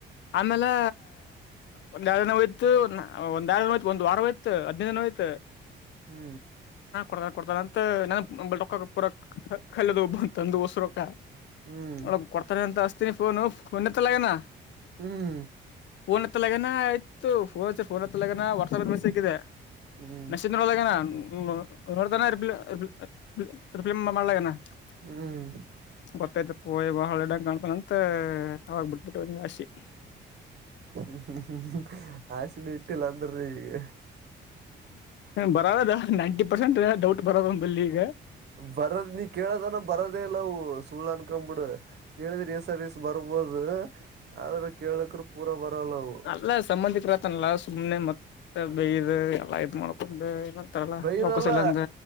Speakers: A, on the left; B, on the right.
A: ಆಮೇಲೆ ಒಂದ್ ಎರಡು ದಿನ ಹೋಯ್ತು ಒಂದ್ರಡು ದ ಹೋಯ್ತು ಒಂದ ವಾರೋಯ್ತು ಹದಿನೈದು ದಿನ ಹೋಯ್ತು
B: ಹ್ಮ್
A: ಕೊಡ್ತ ಅಂತ ನಕ್ಕಕ್ ಪೂರ ಕಲ್ಲದು ಒಬ್ಬ ಅಂತಂದು ಹೊಸರುೊಕ್ಕ
B: ಹ್ಮ್
A: ಒಳಗ್ ಕೊಡ್ತಾನ ಅಂತ ಅಸ್ತೀನಿ ಫೋನು ಫೋನ್ ಎತ್ತಲಗನಾ
B: ಹ್ಮ್
A: ೋನ್ <unintelligible> ಹತ್ತ ಲಗನ ಆಯತು ಫೋ ಫೋನ್ ಹತ್ರ ಲಗನ ಒರ್ಸ ಸಿಕ್ಕಿದೆ
B: ಹ್ಮ್ ಹ್ಮ್
A: ನಸಂದ್ರಲಗನಾ <unintelligible> ದ ರಿ ರಿಪಲೇ್ ಮಾಡಲ <unintelligible>
B: ಹ್ಮ್
A: ಗೊತ್ತೈ್ತ ಪಯ ಹಳ್ಳೆಡಂಗ್ ಕಾಣ್ತಾನಂತ ಅವಾಗ ಬಿಟ್ಬಿಟ್ಟುನ್ ಆಾಸಿ <unintelligible>
B: ್ಮ <unintelligible> ಆಶಿನಿ ಇಟ್ಟಿಲ್ಲ ಅಂದ್ರೀ ಈಗ <unintelligible>
A: ಬರದದ ನೈಂಟಿ ಪರ್ಸೆಂಟ್ ಡೌಟ್ ಬರದಂಬಲ್ಲಿ ಈಗ
B: ಬರದ್ <unintelligible> ನೀ ಕೇಳದನ ಬರದೇ ಇಲ್ಲ ಅವು ಸುಳ್ು ಅನ್ಕೊಂಡ್ಬಿಡು ಕೇಳಿದ್ರಿ ಎಸರ್ಸ್ ಬರ್ಬೋದು <unintelligible> ಕೇಳಕ್ರ ಪೂರಾ ಬರಲ್ಲವು
A: ಅಲ್ಲ ಸಂಬಂಧಿಕರತನಲ್ಲ ಸುಮ್ನೆ ಮತ್ ಮ ಬೇಯಿದ ಎಲ್ಲಯತ್ ಮಾಡ್ಕೊಂಡು ಏನಂತಾರಲ್ಲ
B: ಬೈದಲ್ಲ
A: ರೊಕ್ಕಸಲಂದ